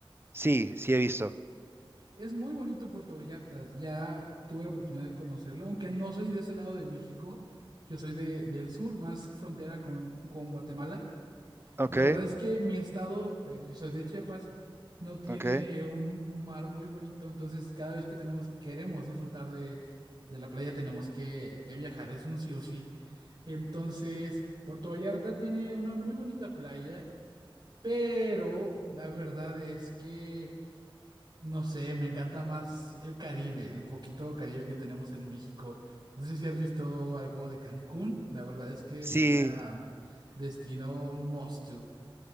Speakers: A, on the right; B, on the right.
A: Sí, sí he visto.
B: Es muy bonito Puerto Vallarta. Ya tuve la oportunidad de conocerlo, aunque no soy de ese lado de México. Yo soy de, del sur, más frontera con, con Guatemala.
A: Ok,
B: La verdad es que mi estado, eh, yo soy de Chiapas, no tiene
A: ok.
B: un mar muy bonito, entonces cada vez que tenemos, queremos disfrutar de, de la playa, tenemos que, que viajar, es un sí o sí. Entonces, Puerto Vallarta tiene una muy bonita playa, pero la verdad es que, no sé, me encanta más el Caribe, el poquito Caribe que tenemos en México. No sé si has visto algo de Cancún, la verdad es que
A: Sí,
B: sería un destino, un must to.